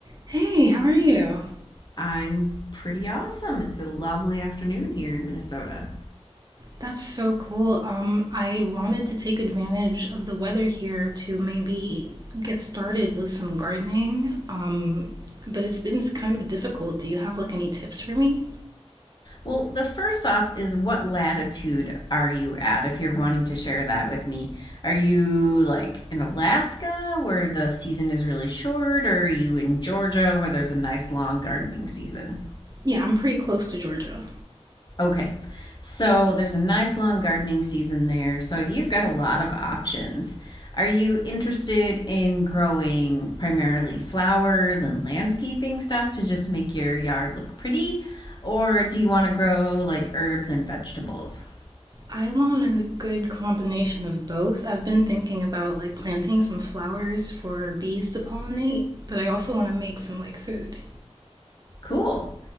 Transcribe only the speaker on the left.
I'm pretty awesome. It's a lovely afternoon here in Minnesota.
Well, the first off is what latitude are you at if you're wanting to share that with me? Are you like in Alaska where the season is really short, or are you in Georgia where there's a nice long gardening season?
Okay. So there's a nice long gardening season there. So you've got a lot of options. Are you interested in growing primarily flowers and landscaping stuff to just make your yard look pretty? Or do you want to grow like herbs and vegetables?
Cool.